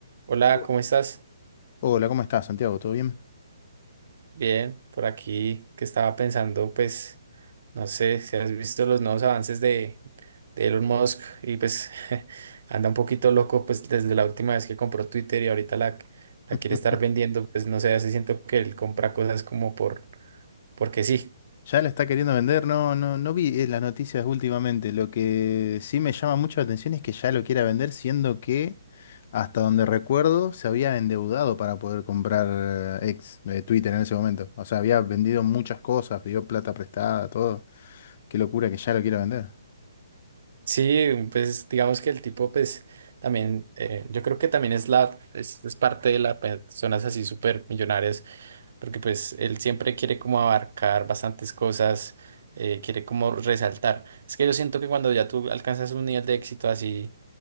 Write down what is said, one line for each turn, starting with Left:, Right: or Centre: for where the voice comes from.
Right: Hola,
Left: Bu-
Right: ¿cómo estás?
Left: Hola, ¿cómo estás, Santiago? ¿Todo bien?
Right: Bien, por aquí que estaba pensando, pues, no sé si has visto los nuevos avances de, de Elon Musk y pues <laughs> anda un poquito loco, pues desde la última vez que compró Twitter y ahorita la, la
Left: <laughs>
Right: quiere estar vendiendo, pues no sé, hace siento que él compra cosas como por, porque sí.
Left: Ya la está queriendo vender, no, no, no vi eh, las noticias últimamente. Lo que sí me llama mucho la atención es que ya lo quiera vender, siendo que, hasta donde recuerdo, se había endeudado para poder comprar eh, ex eh, Twitter en ese momento. O sea, había vendido muchas cosas, pidió plata prestada, todo. Qué locura que ya lo quiera vender.
Right: Sí, pues digamos que el tipo, pues también, eh, yo creo que también es la, es, es parte de las personas así súper millonarias porque pues él siempre quiere como abarcar bastantes cosas, eh, quiere como resaltar. Es que yo siento que cuando ya tú alcanzas un nivel de éxito así,